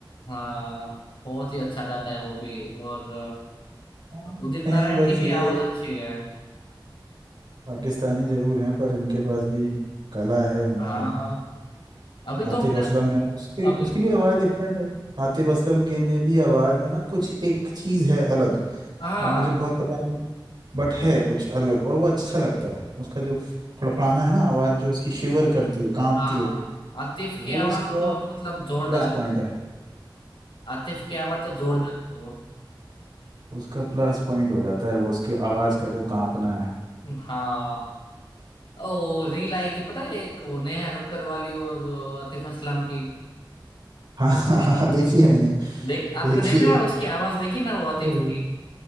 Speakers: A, on the left; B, on the right.
A: हाँ बहुत ही अच्छा गाता है वो भी और
B: हाँ,
A: अ, उदित
B: हैं
A: नारायण
B: बस
A: की भी
B: ये
A: आवाज अच्छी है
B: पाकिस्तानी जरूर हैं पर इनके पास भी कला है हुनर
A: हाँ
B: है
A: अभी
B: आतिफ
A: तो मेरा
B: असलम है उसकी
A: अभी
B: उसकी भी आवाज डिफरेंट है आतिफ असलम के में भी आवाज में ना कुछ एक चीज है अलग
A: हाँ
B: अब मुझे बहुत पता नहीं बट है कुछ अलग और वो अच्छा लगता है उसका जो फड़फड़ाना है ना आवाज जो उसकी शिवर करती है कांपती
A: हाँ
B: है
A: आतिफ
B: वो
A: की आवाज
B: उसका
A: तो मतलब जोरदार
B: प्लस
A: है
B: पॉइंट है
A: आतिफ की आवाज तो जोरदार
B: वो
A: है वो
B: उसका प्लस पॉइंट हो जाता है वो उसकी आवाज का जो कांपना है
A: हाँ ओ रील आई थी पता है एक वो नेहा कक्कर वाली और आतिफ असलम की
B: हाँ <laughs> हाँ हाँ देखी है मैंने
A: देख आपने
B: देखी
A: देखा
B: है
A: ना उसकी आवाज देखी ना वो आतिफ
B: वो
A: की